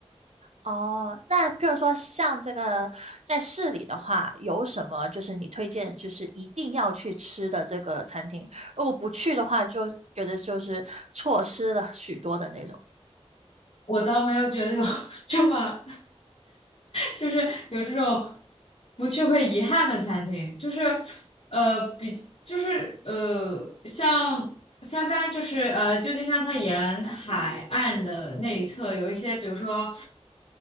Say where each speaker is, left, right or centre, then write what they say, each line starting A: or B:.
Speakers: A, on the right; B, on the left.
A: 哦，那譬如说像这个在市里的话，有什么就是你推荐就是一定要去吃的这个餐厅？如果不去的话，就觉得就是错失了许多的那种。
B: 我倒没有觉得有 <laughs> 这么就是有这种不去会遗憾的餐厅，就是呃比就是呃像三藩就是呃旧金山它沿海岸的那一侧有一些，比如说